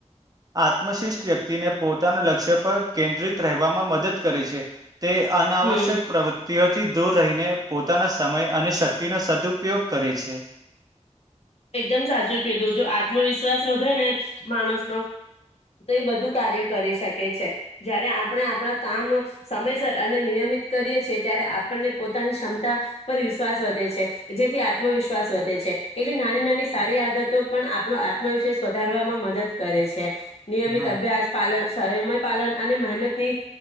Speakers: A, on the right; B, on the left.
A: આત્મશિષ્ટ વ્યક્તિને પોતાના લક્ષ્ય પર કેન્દ્રિત રહેવામાં મદદ કરે છે. તે અનાવશ્યક
B: હમ
A: પ્રવૃતિઓથી દૂર રહીને પોતાના સમય અને શક્તિનો સદુઉપયોગ કરે છે.
B: એકદમ સાચું કીધું જો આત્મવિશ્વાસ વધે ને માણસનો તો એ બધું કાર્ય કરી શકે છે. જ્યારે આપણે આપણા કામ સમયસર અને નિયમિત કરીએ છીએ ત્યારે આપણને પોતાની ક્ષમતા પર વિશ્વાસ વધે છે. જેથી આત્મવિશ્વાસ એટલી નાની નાની સારી આદતો પણ આપણો આત્મવિશ્વાસ વધારવામાં મદદ કરે છે. નિયમિત
A: હા
B: અભ્યાસ પાલન સમય પાલન અને મહેનતની